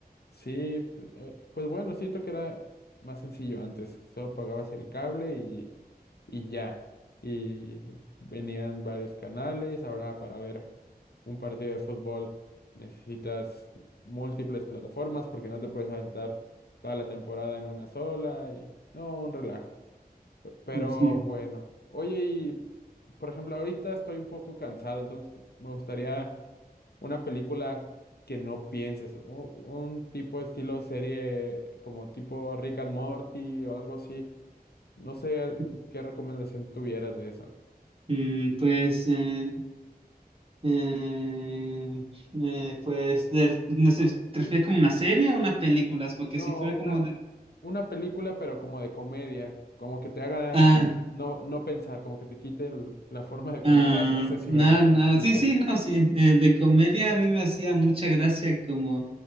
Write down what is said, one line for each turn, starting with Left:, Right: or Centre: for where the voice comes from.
Left: Sí, pues eh, pues bueno, siento que era más sencillo antes. Solo pagabas el cable y, y ya. Y venían varios canales. Ahora para ver un partido de fútbol necesitas múltiples plataformas porque no te puedes aventar toda la temporada en una sola. Y no, un relajo. Pero
Right: Ujú.
Left: bueno, oye, y por ejemplo, ahorita estoy un poco cansado, entonces me gustaría una película que no pienses, un, un tipo de estilo serie como tipo Rick and Morty o algo así. No sé
Right: <laughs>
Left: qué recomendación tuvieras de eso.
Right: Mm, Pues, eh, Eh, eh, pues, de- no sé, ¿te refieres como una serie o unas películas? Porque
Left: No,
Right: si fuera como
Left: una,
Right: de...
Left: una película, pero como de comedia, como que te haga
Right: Ah,
Left: no, no pensar, como que te quite el- la forma de pensar.
Right: Ah,
Left: No sé si
Right: no,
Left: me,
Right: no,
Left: me explico.
Right: sí, sí, no, sí. eh, de comedia a mí me hacía mucha gracia, como,